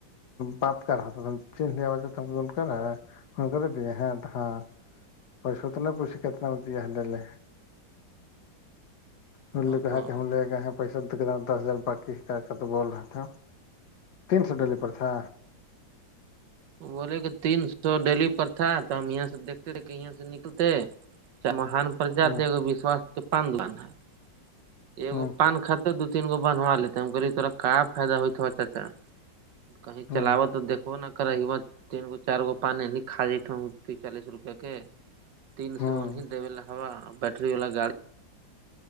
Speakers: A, on the left; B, on the right.
A: بات کر چین لی آواز ت کو کرا ہے کر د ہیں تو ہاں پیسو اتنا پوچھ کتنا بت ہے لےے ان
B: ہاں
A: نےو کہا کہ ہم لے گئے ہیں پیسہ دس ہزار باقی کا کا تو بول رہا تھا تین سو ڈلی پر تھا
B: بولے کہ تین سو ڈیلی پر تھا تو ہم یہاں سے دیکھتے تھے کہ یہاں سے نکلتے مہان پرجاتشواس
A: ہوں
B: کے پان د ہے
A: ہوں
B: پان خط تو دو تین گو بنوا لیتے ہم کہے تا کا فائد ہوا اچھا کہیں
A: ہوں
B: چلاوا تو دھو ن کراا تین گو چار گو پانی ن کا جت چالیس روپے تین
A: ہوں
B: سو انہ دی ل ہوا بٹری والا گاڑی